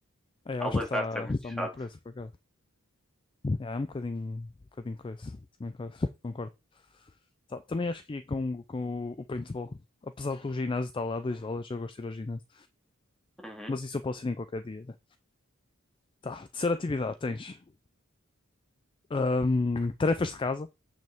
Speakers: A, on the left (about 25°); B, in the centre.
A: É,
B: Aulas
A: eu acho que está
B: de artes é muito
A: está
B: chato.
A: a um bom preço, por acaso. é é um bocadinho, um bocadinho com isso. Também quase concordo. Tá, também acho que ia com, com o, paintball. Apesar do ginásio estar lá, 2 dólares, eu gosto de ir ao ginásio.
B: Uhum.
A: Mas isso eu posso ir em qualquer dia. né? Tá, terceira atividade: tens hum, tarefas de casa,